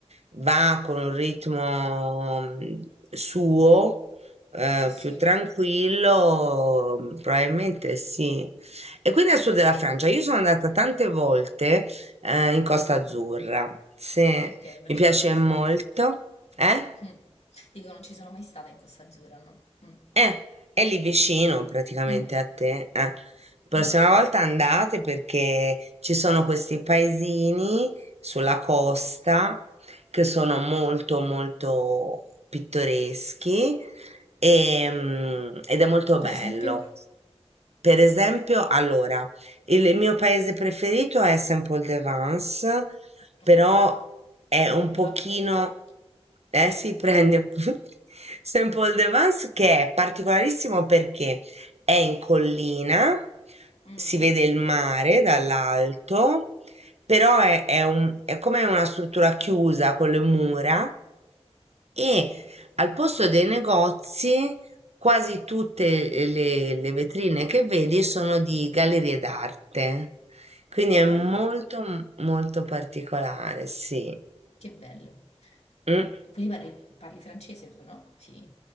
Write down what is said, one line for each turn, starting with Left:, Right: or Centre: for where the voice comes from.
Right: va con un ritmo mm, suo, eh,
Left: sì, sì.
Right: più tranquillo, mm, probabilmente sì. E quindi al sud della Francia, io sono andata tante volte, eh, in Costa Azzurra, se
Left: Ok, non
Right: mi
Left: ci
Right: piace
Left: sono mai stata.
Right: molto, eh?
Left: Mm. Dico, non ci sono mai stata in Costa Azzurra, no? Mm.
Right: Eh, è lì vicino praticamente
Left: Mm.
Right: a te. Eh. Prossima
Left: Mm.
Right: volta andate perché ci sono questi paesini sulla costa che sono molto molto pittoreschi ehm, ed è molto bello.
Left: Per esempio?
Right: Per esempio, allora, il mio paese preferito è Saint-Paul-de-Vence però
Left: Okay,
Right: è un
Left: me
Right: pochino,
Left: lo È un appunto. capo.
Right: eh, si prende appunto <laughs> Saint-Paul de Vence <laughs> che è particolarissimo perché è in collina,
Left: Mh,
Right: si vede il mare dall'alto, però è, è un- è come una struttura chiusa con le mura e al posto dei negozi, quasi tutte eh, le, le vetrine che vedi sono di gallerie d'arte. Quindi
Left: okay,
Right: è molto, molto particolare, sì.
Left: che bello.
Right: Mm.
Left: Quindi parli Eh. parli francese tu, no? Sì,